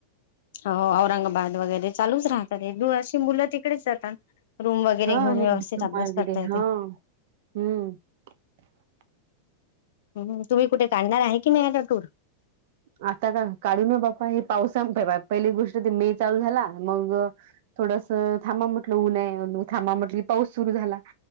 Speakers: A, on the left; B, on the right.
A: हो औरंगाबाद वगैरे चालूच राहतात <inaudible> अशी मुलं तिकडेच जातात रूम वगैरे
B: हा हा
A: घेऊन व्यवस्थित
B: डिप्लोमा
A: अभ्यास
B: वगैरे
A: करता येते
B: हा हम्म <unintelligible>
A: हम्म तुम्ही कुठे काढणार आहे की नाहीे आता टूर
B: आता का काढू ना बाप्पा हे पावसा पहिली गोष्ट ते मे चालू झाला मग थोडस थांबा म्हटलं ऊन आहे. म थांबा म्हटली पाऊस सुरू झाला.